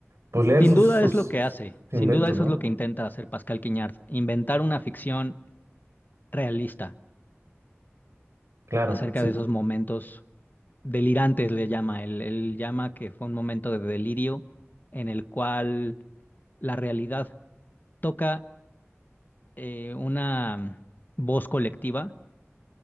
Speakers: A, on the right; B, on the left.
A: pues leer
B: Sin
A: sus,
B: duda
A: sus,
B: es lo que
A: sus
B: hace,
A: inventos,
B: sin duda eso
A: ¿no?
B: es lo que intenta hacer Pascal Quiñard, inventar una ficción realista
A: Claro,
B: acerca
A: sí.
B: de esos momentos delirantes, le llama. Él, él llama que fue un momento de delirio en el cual la realidad toca eh, una voz colectiva